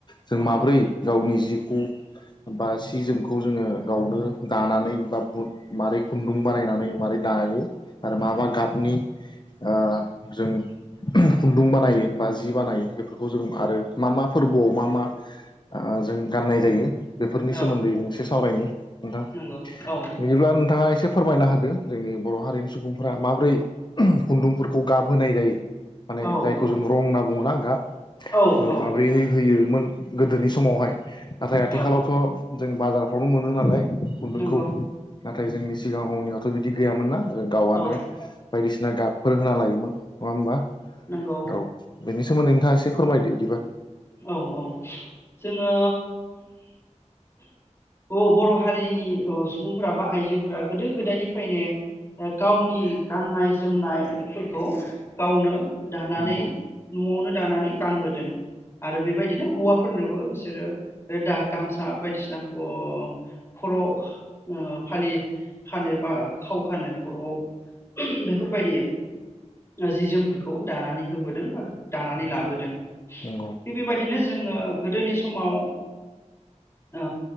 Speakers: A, on the left; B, on the left.
A: जों
B: औ
A: माब्रै गावनि जिखौ बा सि जोमखौ जोङो गावनो दानानै बा मारै खुन्दुं बानायनानै मारै दायो आरो माबा गाबनि ओ जों खुन्दुं बानायो बा जि बानायो बेफोरखौ जों आरो मा मा फोरबोआव मा मा आ जों गाननाय जायो बेफोरनि सोमोन्दै
B: औ
A: मोनसे सावरायनि नोंथाङा
B: नंगौ औ
A: बिदिब्ला नोंथाङा एसे फोरमायना होदो जोंनि बर' हारिनि सुबुंफोरा माबोरै खुन्दुंफोरखौ गाब होनाय जायो माने
B: औ
A: जायखौ
B: औ
A: जों रं होनना बुङोना गाब
B: औ
A: ओं
B: औ
A: माबोरै होयो मोन गोदोनि समावहाय नाथाय आथिखालावथ'
B: औ
A: जों बाजारफ्रावनो मोनो नालाय खुन्दुंखौ
B: नंगौ
A: नाथाय जोंनि सिगाङावनियावथ' बिदि गैयामोन ना आरो गावआनो
B: औ
A: बायदिसिना गाबफोर होना लायोमोन नङा होमबा
B: नंगौ
A: औ बेनि सोमोन्दै नोंथाङा एसे फोरमायदो बिदिबा
B: औ औ जोङो। औ बर' हारिनि सुबुंफोरा बा आइजोफोरा गोदो गोदायनिफ्रायनो गावनि गाननाय जोमनायफोरखौ गावनो दानानै
A: नंगौ
B: न'आवनो दानानै गानबोदों आरो बेबायदिनो हौवाफोरनोबो बिसोरो दा गामसा बायदिसिना अ खर' ओ फालि खानो बा खाव खानो खर'आव बेफोरबायदि जि जोमफोरखौ दानानै होबोदों बा दानानै लाबोदों
A: नंगौ
B: थिग बेबायदिनो जोङो गोदोनि समाव ओ